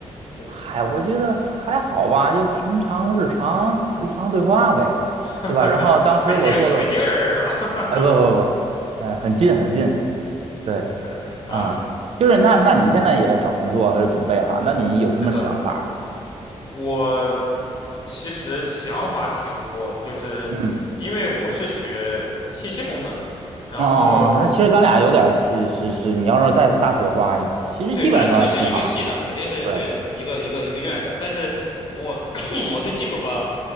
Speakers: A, on the left (about 40°); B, on the right (about 60°).
A: 这
B: 嗨，我觉得还好吧，就平常日常日常对话呗，
A: <laughs>
B: 对吧？然后当时我做的，
A: 北京北京人是吧？
B: 哎，不不不，嗯、很近很近，对
A: <laughs> 嗯，
B: 啊，就是那那你现在也找工作还是准备哈？那你有什么想法吗
A: 是的。我其实想法挺多，就是因为我是学信息工程的，
B: 嗯，
A: 然后
B: 哦哦哦，那其实咱俩有点儿是是是，你要是在大学的话，其实基本上是同行儿。
A: 对，咱肯定是一个系的，肯定是对的，
B: 对，
A: 一个一个一个院的。但是我 <coughs> <clears throat> 我对技术吧，